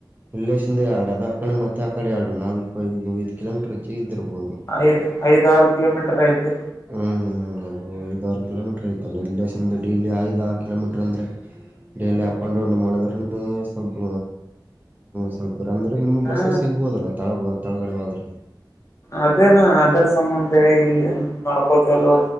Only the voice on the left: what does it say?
ಐದ್ ಐದ ಆಾರು ಕಿಲೋಮೀಟರ್ ಐತೆ
ಹಾ
ಅದೇನ ಅದರ ಸಂಬಂಧ ಇಲ್ಲಿ ನಡ್ಕೋತ ಅಲ್